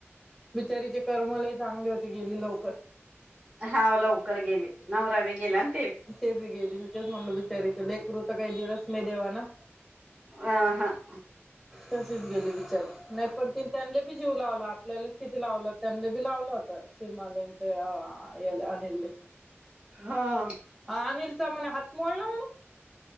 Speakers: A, in the centre; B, on the right (about 25°).
A: बिचारीचे कर्म लई चांगले होते गेली लवकर.
B: हाव लवकर गेली नवरा बी गेला आणि
A: ते बी गेली. मी तेच म्हणल बिचारीच लेकरू तर काही दिवस- नाही देवा न.
B: आ. हां.
A: तशीच गेली बीचारी. नाही पण तिनी त्यांना बी जीव लावला. आपल्यालाच किती लावला. त्यांना बी लावला होता. सिमलंत आ येल आनेलय.
B: हां.
A: अनिलचा म्हणे हात मोडला म्हण?